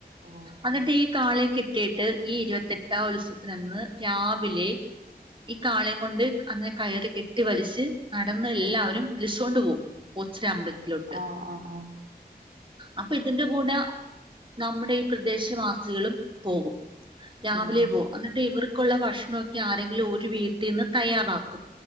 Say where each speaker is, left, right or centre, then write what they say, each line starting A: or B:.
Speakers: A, on the right (about 65°); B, on the right (about 30°).
A: ഓക്കെ
B: എന്നിട്ട് ഈ കാളയേ കെ കെട്ടിയിട്ട് ഈ ഇരുപത്തെട്ടാം ഉത്സവത്തിനന്ന് രാവിലെ. ഈ കാളയം കൊണ്ട് അതിനെ കയറി കെട്ടി വലിച്ച് നടന്ന് എല്ലാവരും വലിച്ചുകൊണ്ട് പോകും കൊച്ചിര
A: ഓ
B: അമ്പലത്തിലോട്ട്
A: അങ്ങനെ ആഹ് ആഹ് ആഹ്
B: അപ്പൊ ഇതിന്റെ കൂടെ നമ്മുടെ ഈ പ്രദേശവാസികളും പോകും രാവിലെ
A: ഉം മനസ്സിലായി
B: പോ എന്നിട്ട് ഇവർക്കുള്ള ഭക്ഷണമൊക്കെ ആരെങ്കിലും ഒരു വീ ത്തിന്ന് തയ്യാറാക്കും